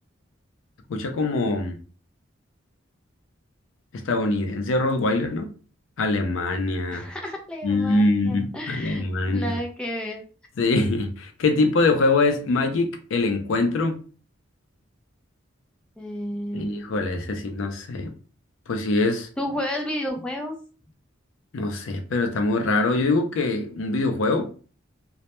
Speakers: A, on the left; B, in the centre.
A: Escucha como estadounidense Rottweiler, ¿no? Alemania.
B: <laughs> Alemania.
A: Mm,
B: <laughs>
A: Alemania.
B: Nada que ver.
A: Sí. <laughs> ¿Qué tipo de juego es Magic el encuentro?
B: Eh,
A: Híjole, ese sí, no sé. Pues sí es,
B: ¿tú juegas videojuegos?
A: no sé, pero está muy raro. Yo digo que un videojuego.